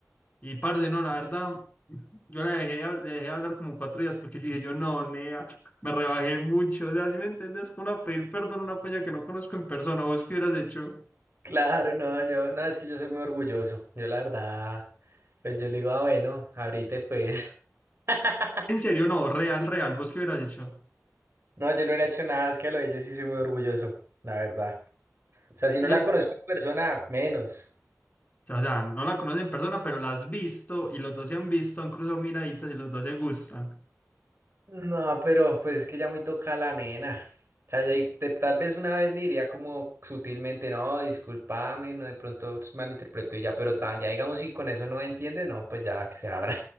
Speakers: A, on the left (about 30°); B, on the right (about 50°).
A: Y parce, no, la verdad, yo la dejé, hab- le dejé hablar como cuatro días porque yo dije, yo no, nea, me rebajé mucho. O sea, si me entiendes? Como a pedir perdón a una polla que no conozco en persona? ¿Vos qué hubieras hecho?
B: Claro, no, yo, no, es que yo soy muy orgulloso. Yo la verdad, pues yo le digo, ah, bueno, ahorita pues. <laughs>
A: En serio, no, real, real, ¿vos qué hubieras hecho?
B: No, yo no hubiera hecho nada, es que a lo de ellos sí soy muy orgulloso, la verdad. O sea, si no
A: Y
B: la
A: ya-
B: conozco en persona, menos.
A: o sea, no la conoces en persona, pero la has visto y los dos se han visto, han cruzado miraditas y los dos se gustan.
B: No, pero pues es que ya muy toca la nena. O sea, ya y- te- tal vez una vez le diría como sutilmente, no, discúlpame, no, de pronto malinterpreto y ya, pero tan, ya digamos si con eso no entiende, no, pues ya que se abra.